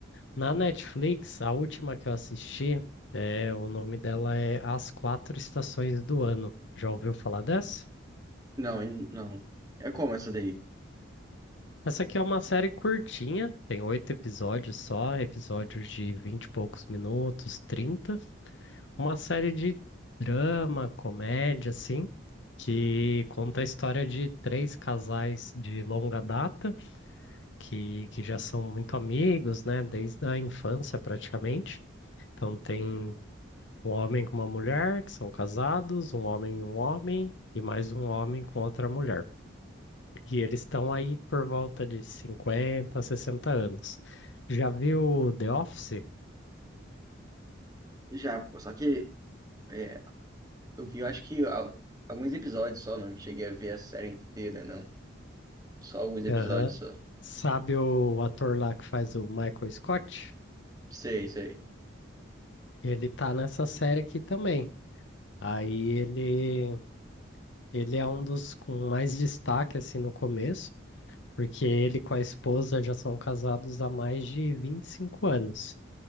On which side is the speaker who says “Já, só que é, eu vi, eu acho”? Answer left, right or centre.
Right